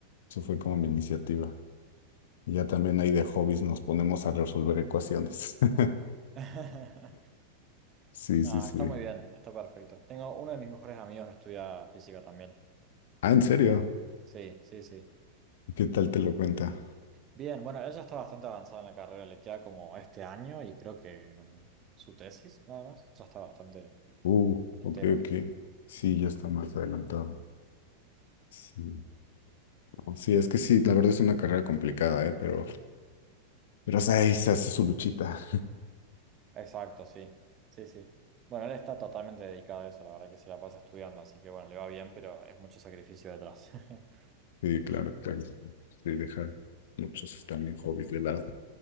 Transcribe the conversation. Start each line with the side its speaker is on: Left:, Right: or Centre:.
Left: eso fue como mi iniciativa. Y ya también ahí de hobbies nos ponemos a resolver ecuaciones. <laughs>
Right: <laughs>
Left: Sí,
Right: No,
Left: sí, sí.
Right: está muy bien, está perfecto. Tengo uno de mis mejores amigos que estudia física también.
Left: Ah, ¿en serio?
Right: Sí, sí, sí.
Left: ¿Y qué tal te lo cuenta?
Right: Bien, bueno, ella está bastante avanzada en la carrera, le queda como este año y creo que mm, su tesis nada más, ya está bastante
Left: Uh,
Right: en
Left: ok,
Right: tema.
Left: ok. Sí, ya está más adelantado. Sí. No, Sí, es que sí, la verdad es una carrera complicada, ¿eh? Pero, pero o sea, ahí se hace su luchita.
Right: Exacto, sí, sí, sí. Bueno, él está totalmente dedicado a eso, la verdad que se la pasa estudiando, así que bueno, le va bien, pero es mucho sacrificio detrás. <laughs>
Left: Sí, claro, claro. Sí, Sí, deja muchos también hobbies de lado.